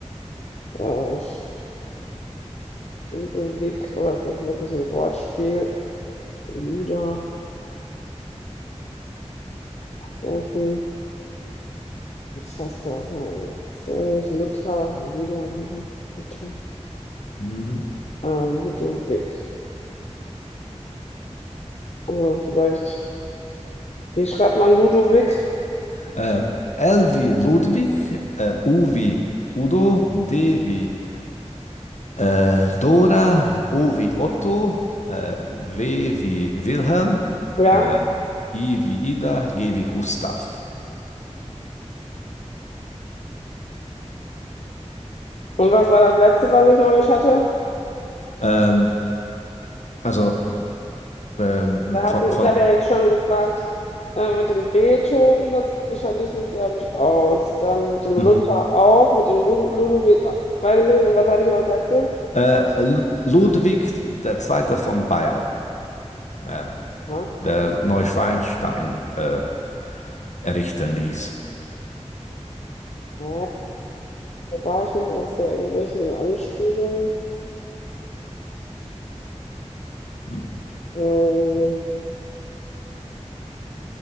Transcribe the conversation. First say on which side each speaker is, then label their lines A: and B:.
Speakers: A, on the left; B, on the left.
A: äh, Ludwig, oder ist das wirklich ein Wortspiel? Luder, Ofen, was fasst das? Ist der nicht Luther, Luder, Luder, Luther?
B: Mhm.
A: Ähm, Ludwig. Also, vielleicht, wie schreibt man Ludwig?
B: Äh, L wie Ludwig, äh, U wie Udo, D wie äh, Dora, O wie Otto, äh, W wie Wilhelm,
A: Ja.
B: äh, I wie Ida, G wie Gustav.
A: Und was war das letzte, was ich noch nicht hatte?
B: Ähm, also ähm,
A: Wir hatten,
B: von, von
A: ich habe ja jetzt schon gefragt, äh, mit dem Beethoven, das schalte ich jetzt, glaube ich, aus. Dann mit dem
B: Mhm.
A: Luther auch, mit dem Lud Ludwig, auch. weiß ich nicht. Und was habe ich noch als letztes?
B: Äh, Ludwig der Zweite von Bayern, äh,
A: Ja,
B: der Neuschwanstein äh, errichten ließ.
A: da war ich mal, gab es da irgendwelche Anspielungen?
B: Mhm.
A: Hm,